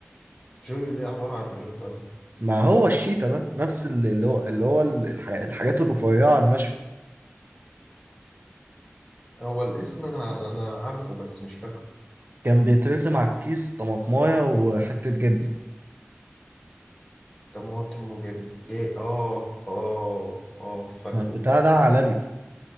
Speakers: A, on the left; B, on the right.
A: الجوليو ده عبارة عن إيه طيب
B: ما هو الشيتا ده نفس اللي اللي هو اللي هو الح- الحاجات الرفيعة الناشفة
A: هو الاسم انا انا عارفه بس مش فاكره
B: كان بيترسم على الكيس طماطمايه وحتة جبنة
A: طماطم وجبنه جاي اه اه اه فاكره
B: البتاع ده عالمي